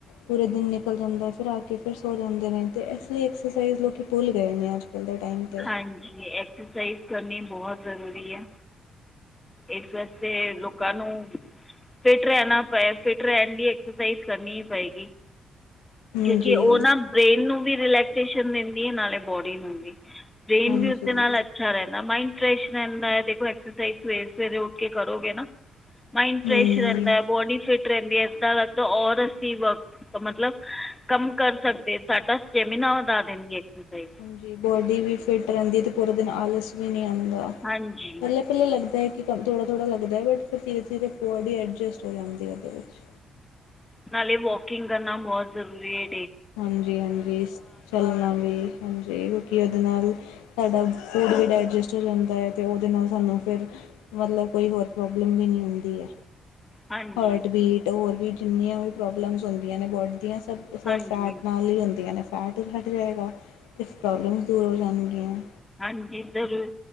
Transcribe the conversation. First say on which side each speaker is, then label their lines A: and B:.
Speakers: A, on the left; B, on the left.
A: ਪੂਰਾ ਦਿਨ ਨਿਕਲ ਜਾਂਦਾ, ਫਿਰ ਆ ਕੇ ਫਿਰ ਸੋ ਜਾਂਦੇ ਨੇ, ਤੇ ਇਸ ਲਈ ਐਕਸਰਸਾਈਜ਼ ਲੋਕੀ ਭੁੱਲ ਗਏ ਨੇ, ਅੱਜ-ਕੱਲ੍ਹ ਦੇ ਟਾਈਮ ਤੇ।
B: ਹਾਂਜੀ ਐਕਸਰਸਾਈਜ਼ ਕਰਨੀ ਬਹੁਤ ਜ਼ਰੂਰੀ ਐ। ਇਸ ਵਾਸਤੇ ਲੋਕਾਂ ਨੂੰ ਫਿਟ ਰਹਿਣਾ ਪਏ, ਫਿਟ ਰਹਿਣ ਲਈ ਐਕਸਰਸਾਈਜ਼ ਕਰਨੀ ਪਏਗੀ।
A: ਹਾਂਜੀ
B: ਕਿਉਕਿ, ਉਹ ਨਾ ਬ੍ਰੇਨ ਨੂੰ ਵੀ ਰਿਲੈਕਸੇਸ਼ਨ ਦਿੰਦੀ ਐ, ਨਾਲੇ ਬੋਡੀ ਨੂੰ ਵੀ। ਬ੍ਰੇਨ
A: ਹਾਂਜੀ
B: ਵੀ ਉਸਦੇ ਨਾਲ ਅੱਛਾ ਰਹਿੰਦਾ। ਮਾਇੰਡ ਫਰੈਸ਼ ਰਹਿੰਦਾ, ਦੇਖੋ ਐਕਸ ਸਵੇਰ-ਸਵੇਰੇ ਉ ਕੇ ਕਰੋਗੇ ਨਾ, ਮਾਇੰਡ
A: ਹਮ
B: ਫਰੈਸ਼ ਰਹਿੰਦਾ, ਬੋਡੀ ਫਿਟ ਰਹਿੰਦੀ, ਏਦਾਂ ਲੱਗਦਾ ਔਰ ਅਸੀਂ ਵਰ ਮਤਲਬ ਕੰਮ ਕਰ ਸਕਦੇ, ਸਾਡਾ ਸਟੈਮੀਨਾ ਵਧਾ ਦਿੰਦੀ ਐਕਸਰਸਾਈਜ਼।
A: ਜੀ, ਬੋਡੀ ਵੀ ਫਿਟ ਰਹਿੰਦੀ ਤੇ ਪੂਰਾ ਦਿਨ ਆਲਸ ਵੀ ਨੀ ਆਂਦਾ,
B: ਹਾਂਜੀ
A: ਮਲਬ ਪਹਿਲੇ ਲੱਗਦਾ ਐ ਕਿ ਕ ਥੋੜ੍ਹਾ-ਥੋੜ੍ਹਾ ਲਗਦਾ, ਬ ਫ ਧੀ ਧੀਰੇ ਬੋਡੀ ਐਡਜਸਟ ਹੋ ਜਾਂਦੀ ਉਹਦੇ ਵਿੱਚ
B: ਨਾਲੇ ਵੋਕਿੰਗ ਕਰਨਾ ਬਹੁਤ ਜ਼ਰੂਰੀ ਏ।
A: ਹਾਂਜੀ-ਹਾਂਜੀ ਚੱਲਣਾ ਵੀ, ਹਾਂਜੀ ਓ ਕੀ ਉਹਦੇ ਨਾਲ ਸਾਡਾ ਫੂਡ ਵੀ ਡਾਇਜੈਸਟ ਹੋ ਜਾਂਦਾ ਐ ਤੇ ਉਹਦੇ ਨਾਲ ਸਾਨੂੰ ਫਿਰ ਮਤਲਬ ਕੋਈ ਹੋਰ ਪ੍ਰੋਬਲਮ ਵੀ ਨਹੀਂ ਹੁੰਦੀ ਐ।
B: ਹਾਂਜੀ
A: ਹਾਟ-ਬੀਟ, ਹੋਰ ਵੀ ਜਿੰਨੀਆਂ ਵੀ ਪ੍ਰੋਬਲਮਸ ਹੁੰਦੀਆਂ ਨੇ ਬੋਡੀ ਦੀਆਂ ਸਭ
B: ਹਾਂਜੀ।
A: ਜਾਂਦੀਆਂ ਨੇ ਫੈਟ ਵੀ ਹਟ ਜਾਏਗਾ, ਕੁਛ ਪ੍ਰੋਬਲਮਸ ਦੂਰ ਹੋ ਜਾਣਗੀਆਂ।
B: ਹਾਂਜੀ, ਜ਼ਰੂਰ